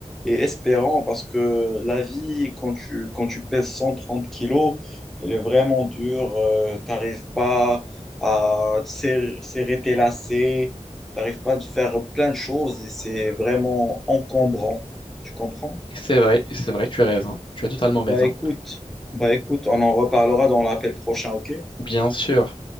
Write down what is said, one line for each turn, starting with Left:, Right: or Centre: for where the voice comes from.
Centre: et espérant, parce que la vie, quand tu, quand tu pèses 130 kilos, elle est vraiment dure, euh, t'arrives pas à serrer, serrer tes lacets, t'arrives pas à faire plein de choses et c'est vraiment encombrant. Tu comprends?
Left: C'est vrai, c'est vrai, tu as raison, tu as totalement raison.
Centre: Bah écoute, bah écoute, on en reparlera dans l'appel prochain, ok?
Left: Bien sûr,